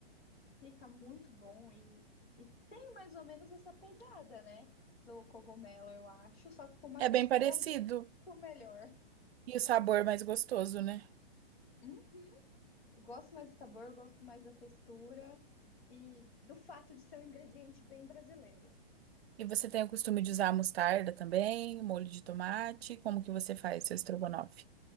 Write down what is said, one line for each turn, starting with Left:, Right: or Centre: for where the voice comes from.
Left: Fica muito bom e, e tem mais ou menos essa pegada, né? Do cogumelo, eu acho, só que com uma textura
Right: É bem parecido,
Left: muito melhor.
Right: e o sabor é mais gostoso, né?
Left: Hum? Gosto mais do sabor, gosto mais da textura e do fato de ser um ingrediente bem brasileiro.
Right: E você tem o costume de usar mostarda também, molho de tomate, como que você faz seu estrogonofe?